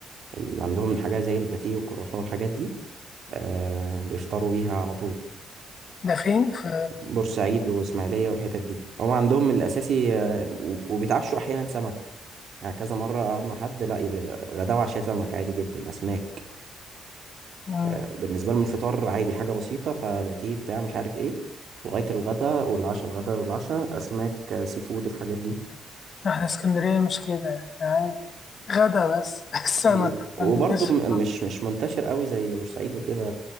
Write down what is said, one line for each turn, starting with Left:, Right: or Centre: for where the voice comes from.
Right: اللي عندهم حاجة زي الباتيه والكرواسون والحاجات دي آه، بيفطروا بيها على طول
Left: ده فين في
Right: بورسعيد واسماعيليه والحتت دي هم عندهم من الاساسي آه، و- وبيتعشوا احيانا سمك يعني كذا مره اقعد مع حد لا إذا- غدا وعشاء سمك عادي جدا اسماك
Left: مم.
Right: آه، بالنسبه لهم الفطار عادي حاجه بسيطه فباتيه بتاع مش عارف ايه لغايه الغدا والعشاء الغدا والعشاء اسماك آه، سي فود الحاجات دي
Left: إحنا اسكندرية مش كده إحنا عادي غدا بس <laughs> السمك
Right: بز... وبرضه
Left: مش
Right: م- مش مش منتشر قوي زي بورسعيد وكده